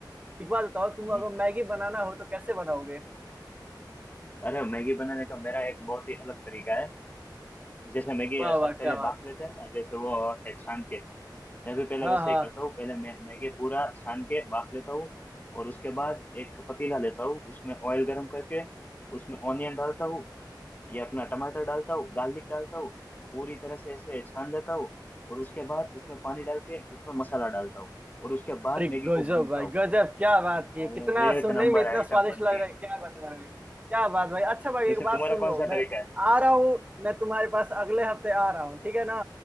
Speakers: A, on the right; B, on the left.
A: एक बार बताओ तुम
B: हम्म,
A: अगर मैगी बनाना हो तो कैसे बनाओगे
B: अरे मैगी बनाने का मेरा एक बहुत ही अलग तरीका है जैसे मैगी
A: वाह
B: सब
A: वाह
B: पहले
A: क्या बात
B: भाप लेते हैं ना जैसे वो होते हैं छान के मैं भी पहले
A: हाँ
B: वैसे
A: हाँ
B: ही करता हूँ पहले मैं मैगी पूरा छान के बाफ लेता हूँ और उसके बाद एक पतीला लेता हूँ उसमें ऑयल गर्म करके उसमें ऑनियन डालता हूँ या अपना टमाटर डालता हूँ गार्लिक डालता हूँ पूरी तरह से ऐसे छान लेता हूँ और उसके बाद उसमें पानी डाल के उसमें मसाला डालता हूँ और उसके बाद
A: अरे
B: मैगी
A: गजब
B: को भूनता
A: भाई
B: हूँ
A: गजब क्या बात की
B: भाई,
A: है कितना
B: एक
A: सुनने
B: नंबर
A: में इतना
B: आइटम
A: स्वादिष्ट
B: बनती
A: लग रहा
B: है
A: है क्या बता रहे हैं क्या बात भाई अच्छा भाई
B: जैसे
A: एक बात
B: तुम्हारा
A: सुन
B: कौन
A: लो
B: सा
A: मैं
B: तरीका है
A: आ रहा हूँ मैं तुम्हारे पास अगले हफ्ते आ रहा हूँ ठीक है ना